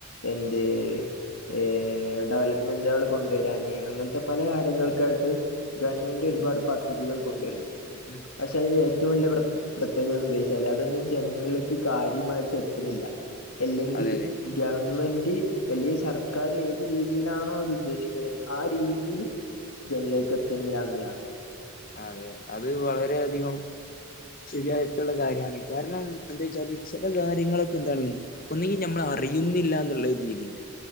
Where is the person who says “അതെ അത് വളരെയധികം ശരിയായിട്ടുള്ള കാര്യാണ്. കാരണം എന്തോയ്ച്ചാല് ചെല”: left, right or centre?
Left